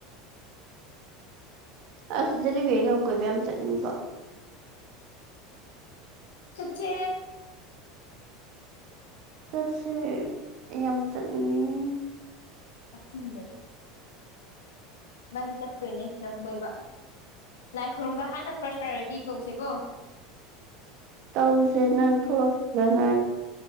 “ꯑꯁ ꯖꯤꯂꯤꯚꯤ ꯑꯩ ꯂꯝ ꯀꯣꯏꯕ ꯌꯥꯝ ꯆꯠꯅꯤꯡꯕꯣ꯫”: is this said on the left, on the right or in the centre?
Right